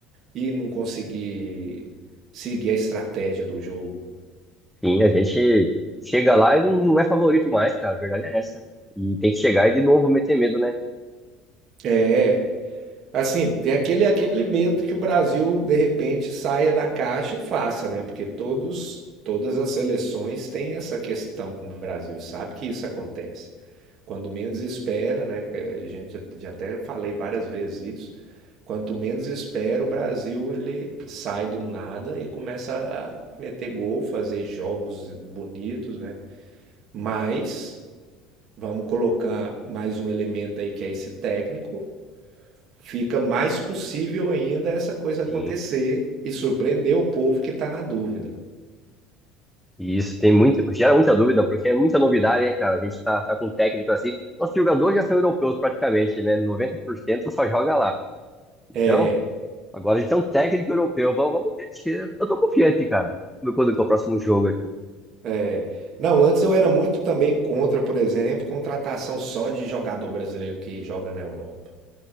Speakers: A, on the right; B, in the centre.
A: e não conseguir seguir a estratégia do jogo.
B: sim, a gente chega lá e não é favorito mais, cara. A verdade é essa. E tem que chegar e de novo meter medo, né?
A: É, assim, tem aquele, aquele medo que o Brasil, de repente, saia da caixa e faça, né? Porque todos, todas as seleções têm essa questão com o Brasil e sabe que isso acontece. Quando menos espera, né? que A gente já- já até falei várias vezes isso. Quanto menos espera, o Brasil ele sai do nada e começa a meter gol, fazer jogos bonitos, né? Mas Vamos colocar mais um elemento aí que é esse técnico. Fica mais possível ainda essa coisa acontecer
B: Sim.
A: e surpreender o povo que está na dúvida.
B: E isso tem muito, gera muita dúvida, porque é muita novidade, hein, cara? A gente tá, tá com um técnico assim. Nossos jogadores já são europeus praticamente, né? 90% só joga lá. Então,
A: É,
B: agora a gente tem um técnico europeu. Vamos, vamos ver. acho que Eu tô confiante, cara. Vamos ver Quando que é o próximo jogo aqui.
A: é. Não, antes eu era muito também contra, por exemplo, contratação só de jogador brasileiro que joga na Europa.